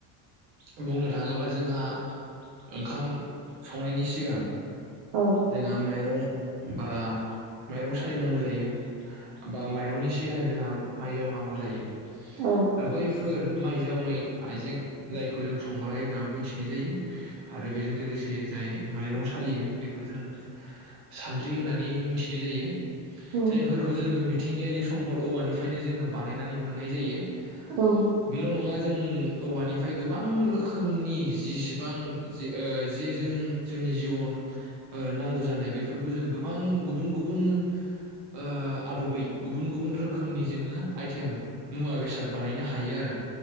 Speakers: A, on the right; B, on the right.
A: ओ बुंनो थाङोब्ला जोंहा ओंखाम संनायनि सिगां
B: औ
A: जोंहा माइरं बा माइरं सालिनांगौ जायो। बा माइरंनि सिगां जोंहा माइ जावनांगौ जायो दा
B: औ
A: बैफोर माइ जावनाय आइजें जायखौ जों संग्रा होनना मिथिनाय जायो आरो बेजों लोगोसे जाय माइरं सालियो बेखौ जों सान्द्रि होननानै मिथिनाय जायो।
B: औ
A: जायफोरखौ जोङो मिथिंगायारि सम औवानिफ्रायनो जोङो बानायनानै मोन नाय जायो।
B: औ
A: बेल' नङा जों औवानि फ्राय गोबां रोखोमनि जिसिबां जे ओ जे जों जोंनि जिबन ओ नांगौ जानाय बेफोरखौ जों गोबां गुबुन गुबुन ओ आदबै गुबुन गुबुन रोखोमनि जोङो आइटेम मुवा बेसाद बानायनो हायो आरो।